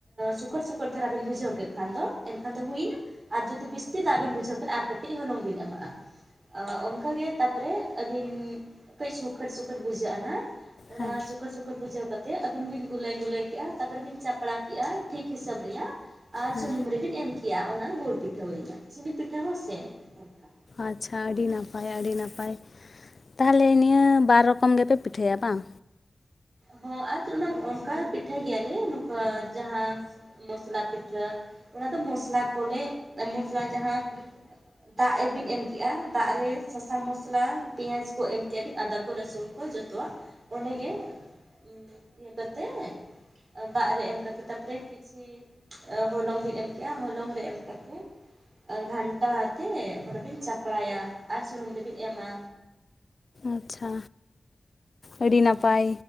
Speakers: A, on the right; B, on the left.
A: ᱥᱩᱠᱟᱹᱨ ᱥᱩᱠᱟᱹᱨ ᱫᱷᱟᱨᱟ ᱵᱤᱱ ᱵᱩᱡᱷᱟᱹᱣ ᱠᱮᱫ ᱠᱷᱟᱱ ᱫᱚ ᱮᱱᱠᱷᱟᱱ ᱫᱚ ᱦᱩᱭᱮᱱᱟ ᱟᱨ ᱡᱩᱫᱤ ᱵᱮᱥᱛᱤ ᱫᱟᱜ ᱵᱤᱱ ᱵᱩᱡᱷᱟᱹᱣ ᱠᱷᱟᱱ ᱟᱨ ᱠᱟᱹᱴᱤᱡ ᱦᱚᱞᱚᱝ ᱵᱤᱱ ᱮᱢᱟᱜ-ᱟ ᱚᱱᱠᱟᱜᱮ ᱛᱟᱯᱚᱨᱮ ᱟᱹᱵᱤᱱ ᱠᱟᱹᱡ ᱥᱩᱠᱷᱟᱹᱴ ᱥᱩᱠᱷᱟᱹᱴ ᱵᱩᱡᱷᱟᱹᱜ-ᱟ ᱦᱟᱸᱜ ᱚᱱᱟ
B: ᱦᱮᱸ
A: ᱥᱩᱠᱟᱹᱴ ᱥᱩᱠᱟᱹᱴ ᱵᱩᱡᱷᱟᱹᱣ ᱠᱟᱛ ᱛᱮ ᱟᱹᱵᱤᱱ ᱵᱤᱱ ᱜᱩᱞᱟᱹᱭ ᱜᱩᱞᱟᱹᱭ ᱠᱮᱜ-ᱟ ᱛᱟᱯᱚᱨᱮ ᱵᱤᱱ ᱪᱟᱯᱲᱟ ᱠᱮᱜ-ᱟ ᱴᱷᱤᱠ ᱦᱤᱥᱟᱹᱵᱽ ᱨᱮᱭᱟᱜ ᱟᱨ
B: ᱦᱮᱸ
A: ᱥᱩᱱᱩᱢ ᱨᱮᱵᱮᱱ ᱮᱢ ᱠᱮᱼᱟ ᱚᱱᱟ ᱜᱩᱲ ᱯᱤᱴᱷᱟᱹ ᱦᱩᱭᱱᱟ ᱥᱤᱱᱤ ᱯᱤᱴᱷᱟᱹ ᱦᱚᱸ ᱥᱮᱢ ᱮᱱᱠᱷᱟᱱ
B: ᱟᱪᱷᱟ ᱟᱹᱰᱤ ᱱᱟᱯᱟᱭ ᱟᱹᱰᱤ ᱱᱟᱯᱟᱭ ᱛᱟᱦᱚᱞᱮ ᱱᱤᱭᱟᱹ ᱵᱟᱨ ᱨᱚᱠᱚᱢ ᱜᱮᱯᱮ ᱯᱤᱴᱷᱟᱹᱭᱟ ᱵᱟᱝ?
A: ᱦᱚᱸ ᱟᱨ ᱪᱮ ᱚᱱᱟ ᱚᱱᱠᱟ ᱯᱤᱴᱷᱟᱹᱭ ᱜᱮᱭᱟᱞᱮ ᱱᱚᱝᱠᱟ ᱡᱟᱦᱟᱸ ᱢᱚᱥᱞᱟ ᱯᱤᱴᱷᱟᱹ ᱚᱱᱟ ᱫᱚ ᱢᱚᱥᱞᱟ ᱠᱚᱞᱮ ᱢᱚᱥᱞᱟ ᱡᱟᱦᱟᱸ ᱫᱟᱜ ᱮᱵᱤᱱ ᱮᱢ ᱠᱮᱜ-ᱟ ᱫᱟᱜ ᱨᱮ ᱥᱟᱥᱟᱝ ᱢᱚᱥᱞᱟ ᱯᱤᱭᱟᱡᱽ ᱠᱚ ᱮᱢ ᱠᱮᱜ-ᱟ ᱵᱤᱱ ᱟᱫᱟ ᱠᱚ ᱨᱟᱹᱥᱩᱱ ᱠᱚ ᱡᱚᱛᱚᱣᱟᱜ ᱚᱸᱰᱮ ᱜᱮ ᱤᱭᱟᱹ ᱤᱭᱟᱹ ᱠᱟᱛᱮᱜ ᱫᱟᱜ ᱨᱮ ᱮᱢ ᱠᱟᱛᱮᱜ ᱛᱟᱯᱚᱨᱮ ᱠᱤᱪᱷᱤ ᱦᱚᱞᱚᱝ ᱵᱤᱱ ᱮᱢ ᱠᱮᱜ-ᱟ ᱦᱚᱞᱚᱝ ᱨᱮ ᱮᱢ ᱠᱟᱛᱮᱜ ᱜᱷᱟᱱᱴᱟ ᱟᱛᱮ ᱚᱱᱟᱵᱤᱱ ᱪᱟᱯᱲᱟᱭᱟ ᱟᱨ ᱥᱩᱱᱩᱢ ᱨᱮᱵᱤᱱ ᱮᱢᱟ
B: ᱟᱪᱷᱟ ᱟᱹᱰᱤ ᱱᱟᱯᱟᱭ